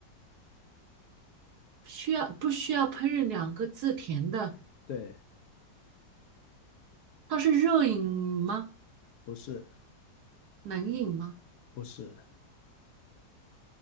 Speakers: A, on the right; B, on the left.
A: 需要不需要烹饪两个字甜的？
B: 对，
A: 它是热饮吗？
B: 不是，
A: 冷饮吗？
B: 不是，